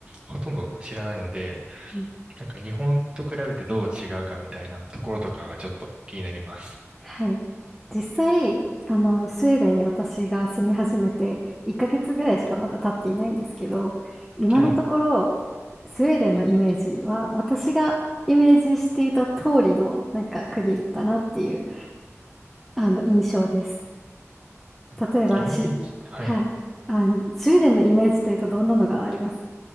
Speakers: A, on the right; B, in the centre.
A: ほとんど知らないので、
B: うん、
A: なんか日本と比べてどう違うかみたいなところとかがちょっと気になります。
B: はい。実際、あの、スウェーデンに私が住み始めて1ヶ月ぐらいしかまだ経っていないんですけど、今のところ、
A: はい。
B: スウェーデンのイメージは私がイメージしていた通りのなんか国だなっていう、あの、印象です。
A: うんイメージ、
B: 例えばし、
A: はい。
B: はい。あ、スウェーデンのイメージというとどんなのがあります